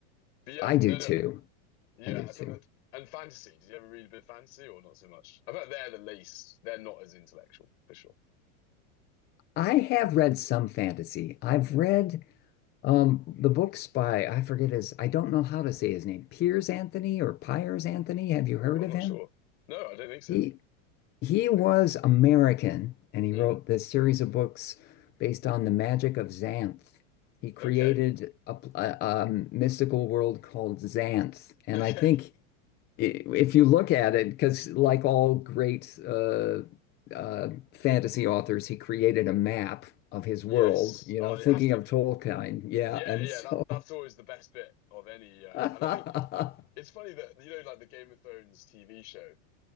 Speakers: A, on the left; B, on the left.
A: but yeah,
B: I do
A: no, no,
B: too.
A: yeah,
B: I do too.
A: I think that. And fantasy, did you ever read a bit of fantasy or not so much? I bet they're the least, they're not as intellectual for sure.
B: I have read some fantasy. I've
A: Mm.
B: read Um, the book's by, I forget his, I don't know how to say his name, Piers Anthony or Piers Anthony. Have you
A: Oh,
B: heard
A: I'm
B: of
A: not
B: him?
A: sure. No, I don't think so.
B: He he was American and he
A: Mm.
B: wrote this series of books based on the magic of Xanth. He created
A: Okay.
B: a, pl- a, um, mystical world called Xanth. And
A: Okay.
B: I think
A: <laughs>
B: i- if you look at it, because like all great uh, uh, fantasy authors, he created a map of his
A: Yes.
B: world, you
A: Oh,
B: know, thinking
A: it has to
B: of
A: be.
B: Tolkien. Yeah.
A: Yeah,
B: And
A: yeah.
B: so
A: That that's always the best bit of any. Uh,
B: <laughs>
A: and I think it's funny that you know, like the Game of Thrones TV show.